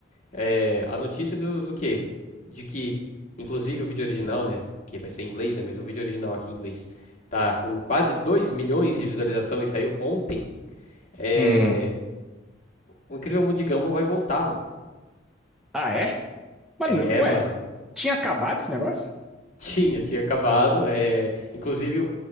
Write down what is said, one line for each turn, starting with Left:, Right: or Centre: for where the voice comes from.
Left: É, a notícia do, do quê? De que, inclusive o vídeo original, né? Que vai ser em inglês, né? Mas o vídeo original aqui em inglês tá com quase 2 milhões de visualização e saiu ontem. É,
Centre: Hum.
Left: o Incrível Mundo de Gumball vai voltar, mano.
Centre: Ah, é? Mano,
Left: É,
Centre: ué.
Left: mano.
Centre: Tinha acabado esse negócio?
Left: Tinha, tinha acabado. É, inclusive,